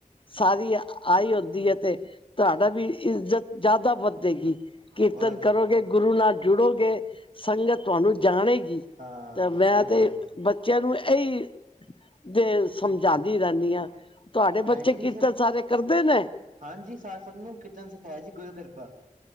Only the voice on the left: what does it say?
ਸਾਰੀ ਆਈ ਹੁੰਦੀ ਹੈ ਤੇ, ਤੁਹਾਡਾ ਵੀ ਇੱਜ਼ਤ ਜ਼ਿਆਦਾ ਵਧੇਗੀ। ਕੀਰਤਨ
ਕਰੋਗੇ,
ਗੁਰੂ ਨਾਲ ਜੁੜੋਗੇ, ਸੰਗਤ ਤੁਹਾਨੂੰ ਜਾਣੇਗੀ।
ਅਹ ਮੈਂ
ਤੇ ਬੱਚਿਆਂ ਨੂੰ ਇਹੀ ਤੇ ਸਮਝਾਉਂਦੀ ਰਹਿੰਦੀ ਹਾਂ। ਤੁਹਾਡੇ
ਬੱਚੇ
ਕੀਰਤਨ
ਸਾਰੇ ਕਰਦੇ ਨੇ।